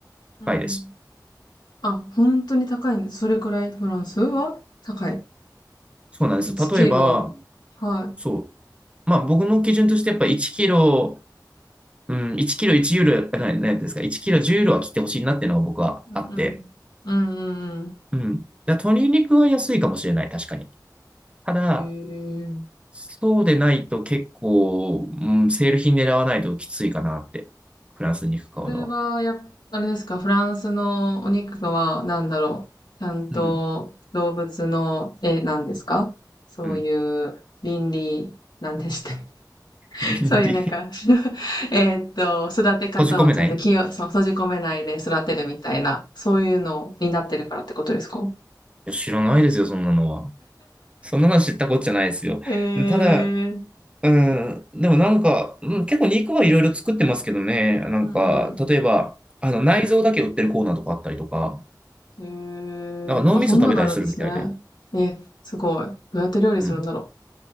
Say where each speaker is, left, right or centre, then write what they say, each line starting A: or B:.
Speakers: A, on the left; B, on the right.
A: うん、
B: 高いです。
A: うん。あ、本当に高いんです。それくらいフランスは高い。
B: そうなんです。
A: 1キロ。
B: 例えば、
A: はい。
B: そう。まあ僕の基準としてやっぱ1キロうん、1キロ1ユーロ、あななんですか、1キロ10ユーロは切ってほしいなっていうのが僕はあって。
A: うんうん。うんうん
B: うん。だから鶏肉は安いかもしれない、確かに。ただ、
A: うん。へえ。
B: そうでないと結構、うん、セール品狙わないときついかなって。フランス肉買うのは。
A: それは、やっぱ、あれですか、フランスのお肉とは、なんだろう。ちゃんと動物の絵なんですかそういう倫理、
B: うん。うん。
A: なんでしたっけ <laughs>
B: 倫理。
A: そういうなんか <laughs> えーっと、育て方をちゃんと気を、
B: 閉じ込めないい
A: そう、閉じ込めないで育てるみたいな、そういうのになってるからってことですか
B: や、知らないですよ、そんなのは。そんなの知ったこっちゃないですよ。
A: え
B: ただ、うん、でもなんか、うん、結構肉はいろいろ作ってますけどね。なんか、
A: うん
B: 例えば、あの、内臓だけ売ってるコーナーとかあったりとか、
A: うん。
B: だから脳みそ食べたりするみたいで。
A: へえ。あ、そんなのあるんですね。え、すごい。どうやって料理するんだろ
B: うん。